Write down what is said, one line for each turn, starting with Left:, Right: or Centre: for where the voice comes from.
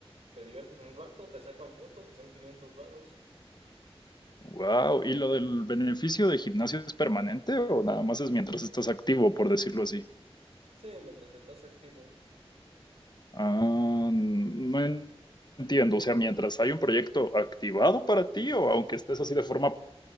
Right: Te diviertes un rato, te sacan fotos y son 500 varos.
Left: Wow, ¿y lo del beneficio de gimnasio es permanente o nada más es mientras estás activo, por decirlo así?
Right: Sí, mientras estás activo.
Left: Ah, no en- entiendo, o sea, mientras hay un proyecto activado para ti o aunque estés así de forma